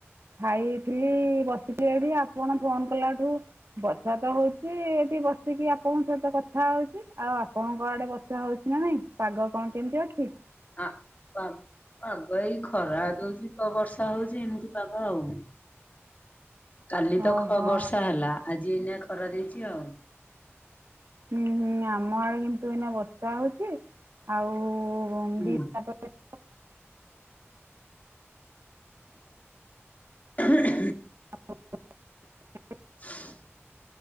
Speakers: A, on the right; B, on the left.
A: ଖାଇଥିଲି ବସିଥିଲି ଏଇଠି ଆପଣ ଫୋନ୍ କଲାଠୁ ବର୍ଷା ତ ହଉଛି, ଏଠି ବସିକି ଆପଣଙ୍କ ସହିତ କଥା ହଉଛି ଆଉ ଆପଣଙ୍କ ଆଡେ ବସ ବର୍ଷା ହଉଛି ନା ନାଇଁ, ପାଗ କଣ କେମିତି ଅଛି?
B: ଆ ପା ପାଗ ଏଇ ଖରା ଦଉଛି ତ। ବର୍ଷା ହଉଛି ଏମିତି ପାଗ ଆଉ, କାଲି ତ
A: ଓହୋ
B: ଖ ବର୍ଷା ହେଲା। ଆଜି ଏଇନା ଖରା ଦେଇଛି ଆଉ
A: ହୁଁ ହୁଁ ଆମ ଆଡେ କିନ୍ତୁ ଏଇନା ବର୍ଷା ହଉଛି ଆଉ
B: ହୁଁ
A: ବି ତାପରେ
B: <inaudible>
A: <unintelligible>
B: <inaudible>